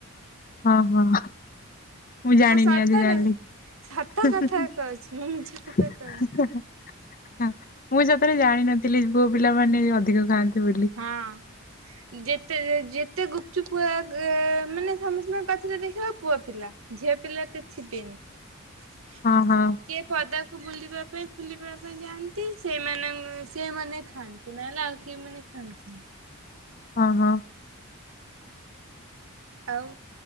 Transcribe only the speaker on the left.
ହଁ ହଁ। ମୁଁ ଜାଣିନି
ଆଜି ଜାଣିଲି।
ହଁ
ହଁ
ହଁ
ହଁ। ହଁ ମୁଁ ସତରେ ଜାଣିନଥିଲି ପୁଅ ପିଲାମାନେ ଅଧିକ ଖାଆନ୍ତି ବୋଲି।
ହଁ ହଁ
ହଁ ହଁ।